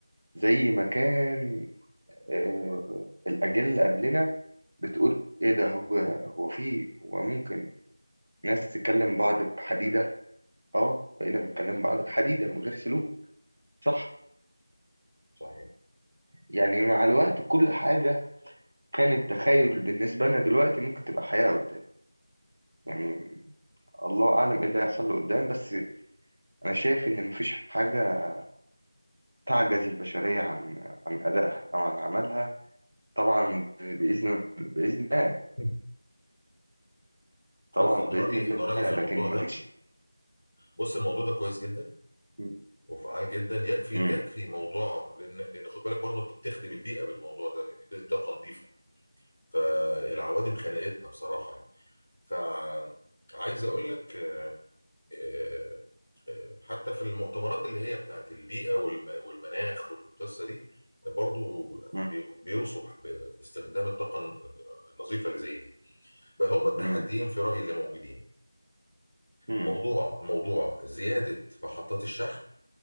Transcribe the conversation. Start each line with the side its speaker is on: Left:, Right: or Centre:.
Right: زي ما كان آه، الأجيال اللي قبلنا بتقول إيه ده هو هو في هو ممكن ناس تكلم بعض بحديدة أه بقينا بنكلم بعض بحديدة من غير سلوك صح
Left: صحيح
Right: يعني مع الوقت كل حاجة كانت تخيل بالنسبة لنا دلوقتي ممكن تبقى حياة قدام يعني الله أعلم إيه اللي هيحصل له قدام بس أنا شايف إن مفيش حاجة تعجز البشرية عن عن أدائها أو عن عملها طبعا بإذن بإذن الله
Left: مم.
Right: طبعا
Left: بص انا
Right: بإذن
Left: رايي
Right: الله
Left: انا رايي في الموضوع
Right: لكن
Left: ده
Right: مفيش
Left: بص الموضوع ده كويس جدا
Right: مم.
Left: وفعال جدا يكفي
Right: مم.
Left: يكفي موضوع لان لان خد بالك برضه انت بتخدم البيئه بالموضوع ده لان دي طاقه نظيفه فالعوادم خنقتنا بصراحه يعني فعايز اقول لك آه، آه، حتى في المؤتمرات اللي هي بتاعت البيئة والم- والمناخ والقصة دي برضو
Right: مم.
Left: بي- بيوصف ب- باستخدام الطاقة الن- النظيفة اللي زي دي فهم التحديين
Right: مم.
Left: في رأيي اللي موجودين
Right: مم.
Left: موضوع موضوع زيادة محطات الشحن